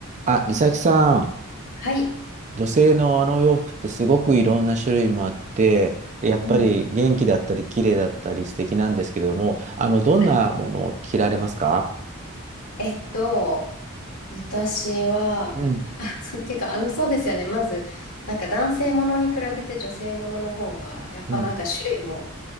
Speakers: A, on the right; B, on the left.
A: あ、美咲さん、
B: はい。
A: 女性のあのお洋服ってすごくいろんな種類もあって、でやっぱり元気だったり綺麗だったり素敵なんですけれども、
B: うん。
A: あの、どんなものを着られますか
B: はい。えっと、私は、
A: うん、
B: あ、そう、っていうか、あの、そうですよね。まず、なんか男性ものに比べて女性ものの方が、やっぱなんか種類も
A: うん。